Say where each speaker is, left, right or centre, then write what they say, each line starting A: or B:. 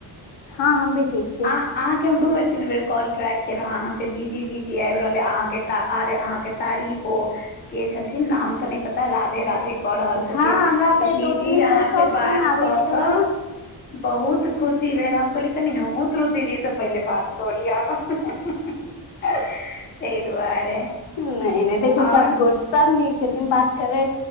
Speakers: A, on the left (about 80°); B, on the left (about 25°).
A: हँ हम भी ठीक छी
B: आ अहाँ के हम दू बेर तीन बेर कॉल ट्रा कयेलहुँ अहाँ के बिजी बिजी आबि रहल अहाँ के तऽ आर अहाँ के तारीफो के छथिन नाम तऽ नहि पता राधे कऽ रहल छथिन
A: हँ हमरा
B: श्रुति
A: पे दो
B: जी
A: तीन लोग
B: अहाँ के
A: फोन
B: बात
A: आबै
B: कऽ
A: छले
B: कऽ
A: ने
B: बहुत खुशी भेल हम कहली कनि हमहुँ श्रुतिजी से पहिले बात कोरीआब ताहि दुआरे
A: नहि नहि देखू
B: आओर
A: सब गोट सब नीक छथिन बात करै